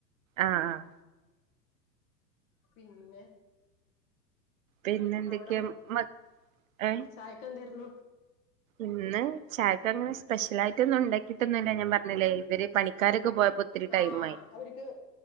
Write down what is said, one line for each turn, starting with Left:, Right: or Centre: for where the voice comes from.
Right: ആഹ്.
Left: പിന്നെ?
Right: പിന്നെ എന്തൊക്കെയാ
Left: അവിടെന്താ
Right: മ ഏഹ്
Left: ചായക്കെന്തായിരുന്നു?
Right: ഇന്ന് ചായക്ക് അങ്ങനെ സ്പെഷ്യലായിട്ടൊന്നും ഇണ്ടാക്കിയിട്ടൊന്നുല്ല ഞാൻ പറഞ്ഞില്ലേ ഇവര് പണിക്കാരൊക്കെ പോയപ്പോ ഒത്തിരി ടൈമായി
Left: ആഹ് അവരിക്ക്